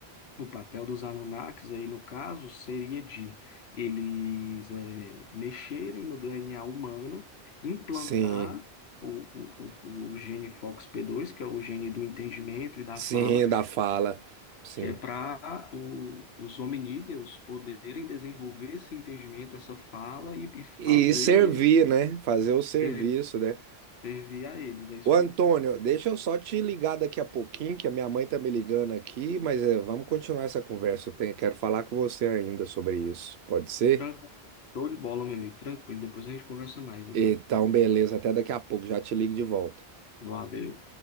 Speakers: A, on the left (about 80°); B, on the right (about 80°).
A: o papel dos Anunnakis aí, no caso, seria de eles eh, mexerem no DNA humano, implantar
B: sim,
A: o, o, o, o gene FOXP2, que é o gene do entendimento e da
B: sim,
A: fala,
B: da fala, sim.
A: que é para os hominídeos poderem desenvolver esse entendimento, essa fala e, e fazer
B: E servir, né? Fazer o serviço,
A: ser-
B: né?
A: servir a eles. É isso
B: Ô Antônio,
A: aí.
B: deixa eu só te ligar daqui a pouquinho, que a minha mãe tá me ligando aqui, mas é, vamos continuar essa conversa. Eu tenho- quero falar com você ainda sobre isso, pode ser?
A: Tran- Show de bola, meu amigo. Tranquilo. Depois a gente conversa mais, então.
B: Então, beleza, até daqui a pouco, já te ligo de volta.
A: Valeu.